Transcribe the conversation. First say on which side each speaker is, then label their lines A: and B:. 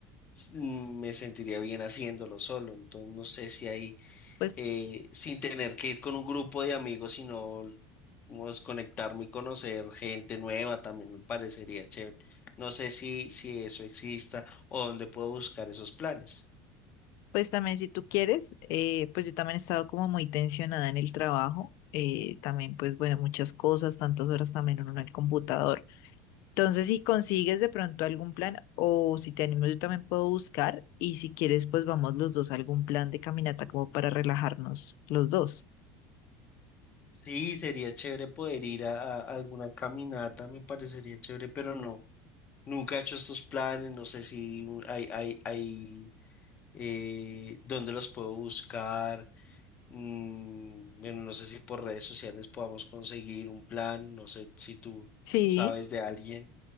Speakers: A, on the left (about 25°); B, on the left (about 50°).
A: s- mm, me sentiría bien haciéndolo solo. Entonces, no sé si ahí
B: pues
A: eh, sin tener que ir con un grupo de amigos, sino como desconectarme y conocer gente nueva también me parecería chévere. No sé si, si eso exista o dónde puedo buscar esos planes.
B: Pues también si tú quieres, eh, pues yo también he estado como muy tensionada en el trabajo, eh, también pues bueno, muchas cosas, tantas horas también uno en el computador. Entonces si consigues de pronto algún plan o si te animo yo también puedo buscar y si quieres pues vamos los dos a algún plan de caminata como para relajarnos los dos.
A: Sí, sería chévere poder ir a, a alguna caminata, me parecería chévere, pero no, nunca he hecho estos planes, no sé si un- hay, hay, hay, eh, dónde los puedo buscar Mm, bueno, no sé si por redes sociales podamos conseguir un plan, no sé si tú
B: Sí,
A: sabes de alguien.